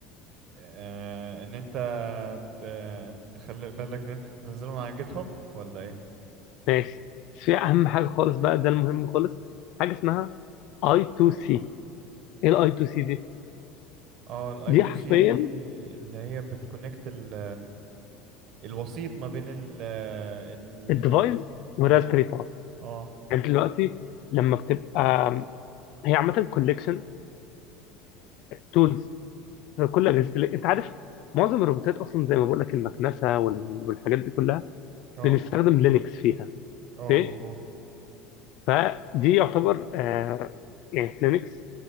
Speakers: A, on the right (about 55°); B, on the left (about 60°).
A: آه ان انت ت... تخلي بالك ان انت تنزله مع جيت هاب ولا ايه
B: ماشي بس في اهم حاجه خالص بقى ده المهم خالص حاجه اسمها اي 2 سي ايه الاي 2 سي دي
A: اه الاي
B: دي
A: تو
B: حرفيا
A: سي دي اللي هي بتكونكت ال... الوسيط ما بين ال ال
B: الديفايس والراسبيري
A: اه
B: باي
A: اه
B: يعني أنت دلوقتي لما بتبقى هي عامه كوليكشن تولز كل اجهزه ال- انت عارف معظم الروبوتات اصلا زي ما بقول لك المكنسه وال- والحاجات دي كلها
A: اه
B: بنستخدم لينكس فيها
A: اه
B: اوكي
A: مظبوط
B: فدي يعتبر آه، يعني لينكس